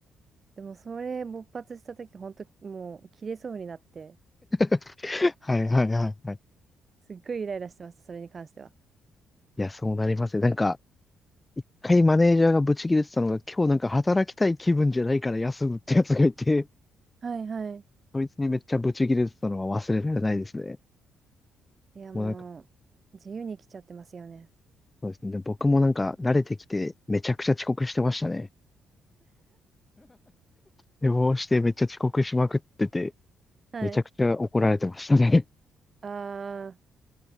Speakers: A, on the right; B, on the left.
A: でもそれ勃発した時本当もう切れそうになって、
B: <laughs> はいはいはいはい。
A: すっごいイライラしてました、それに関しては。
B: いや、そうなりますね。なんか、一回マネージャーがブチ切れてたのが、今日なんか働きたい気分じゃないから休むってやつがいて、<laughs>
A: はいはい。
B: そいつにめっちゃブチ切れてたのは忘れられないですね。
A: いやもう、
B: もうなんか、
A: 自由に来ちゃってますよね。
B: そうですね。僕もなんか慣れてきて、めちゃくちゃ遅刻してましたね。寝坊してめっちゃ遅刻しまくってて、
A: はい。
B: めちゃくちゃ怒られてましたね。<laughs>
A: ああ、